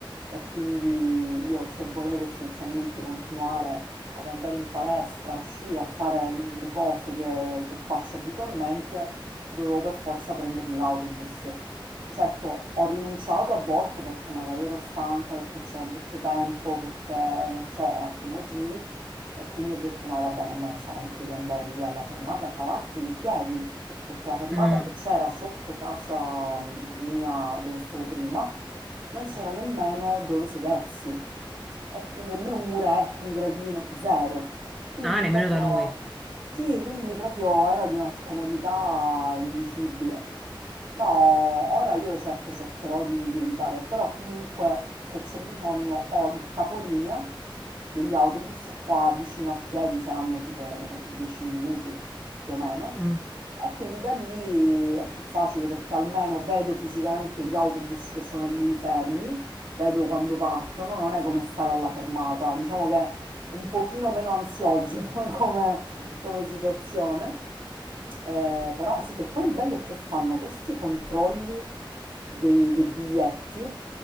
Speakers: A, on the right; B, in the centre.
A: e quindi io se volevo essenzialmente continuare ad andare in palestra, a uscire, a fare le cose che che faccio abitualmente, dovevo per forza prendermi l'autobus. Certo, ho rinunciato a volte perché magari ero stanca, perché c'era brutto tempo, perché non so, altri motivi e quindi ho detto no, vabbè, non me la sento di andare lì alla fermata, tra l'altro in piedi, perché la fermata
B: Mm.
A: che c'era sotto casa mia dove stavo prima, non c'era nemmeno dove sedersi e quindi nemmeno un muretto, un gradino, zero. Quindi
B: Ah, nemmeno
A: proprio,
B: da noi.
A: sì, quindi proprio era di una scomodità indicibile. No, ora io certo cercherò di, di evitare, però comunque se c'è bisogno ho il capolinea degli autobus qua vicino a piedi, saranno tipo 10 minuti più o meno,
B: Mm.
A: e quindi da lì è più facile perché almeno vedo fisicamente gli autobus che sono lì fermi, vedo quando partono, non è come stare alla fermata, diciamo che è un pochino meno ansiogeno <laughs> come, come situazione. Eh, però sì, che poi il bello è che fanno questi controlli dei, dei biglietti